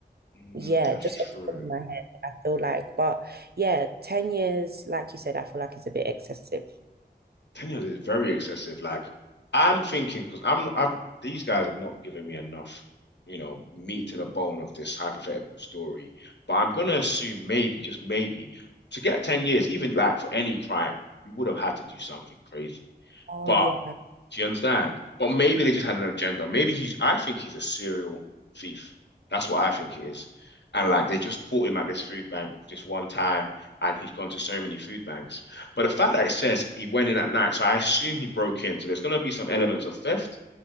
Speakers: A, on the left; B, on the right.
A: Mm,
B: yeah,
A: that's
B: just
A: true.
B: off the top of my head, I feel like, but yeah, 10 years, like you said, I feel like it's a bit excessive.
A: 10 years is very excessive. Like, I'm thinking, because I'm not, I've, these guys have not given me enough, you know, meat to the bone of this hypothetical story. But I'm going
B: Mhm.
A: to assume maybe, just maybe, to get 10 years, even like for any crime, you would have had to do something crazy.
B: Oh
A: But
B: yeah.
A: Do you understand? But maybe they just had an agenda. Maybe he's, I think he's a serial thief. That's what I think it is. And like they just caught him at this food bank just one time and he's gone to so many food banks. But the fact that it says he went in at night, so I assume he broke in. So there's going to be some elements of theft.